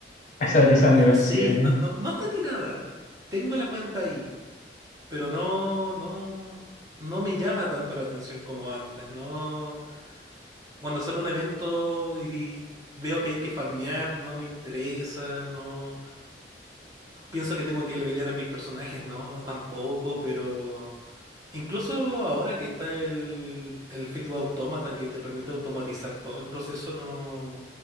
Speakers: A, on the left; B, on the right.
A: A esa Elizabeth
B: Lo, lo
A: nivel
B: sé,
A: cien
B: no, no, no está tirada. Tengo la cuenta ahí. pero no, no, no me llama tanto la atención como antes. No, cuando sale un evento y, y veo que hay que farmear, no me interesa, no pienso que tengo que levelear a mis personajes, no, tampoco, pero incluso ahora que está el, el Fitbit Automata que te permite automatizar todo el proceso, no,